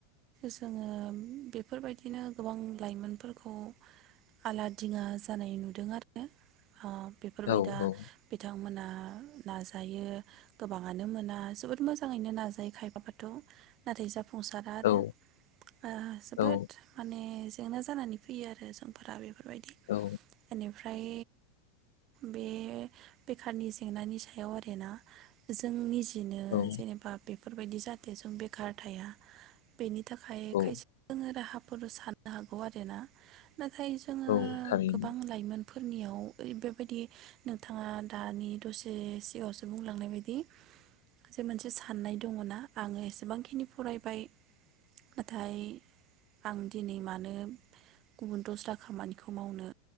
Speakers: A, on the right; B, on the left.
A: जोङो बेफोरबायदिनो गोबां लाइमोनफोरखौ आला दिङा जानाय नुदों आरो। बेफोरबाय
B: औ
A: दा
B: औ
A: बिथां मोना नाजायो गोबाङानो मोना जोबोद मोजाङैनो नाजायो खायफायाथ' नाथाइ जाफुङा। जाफुंसारा आरो
B: औ
A: ओ जोबोद
B: औ
A: माने जेंना जानानै फैयो आरो जोंफोरा बे बेफोरबायदि
B: औ
A: बेनिफ्राय बे बेखारनि जेंनानि सायाव आरोना जोंनि बिदिनो
B: औ
A: जेनेबा बे बेफोरबायदि जाहाथे जों बेखार थाया बेनि नि थाखाय
B: औ
A: खायसे जोङो राहा फोर साननो हागौ आरोना। नाथाय जोङो
B: औ थारैनो
A: गोबां लाइमोन फोरनियाव ओरै बायादि नोंथाङा दानि दसे सिगाङावसो बुंलांनाय बायदि जे मोनसे साननाय दङ ना? आङो एसेबांखिनि फरायबाय नाथाय आं दिनै मानो गुबुन दस्रा खामानिखौ मावनो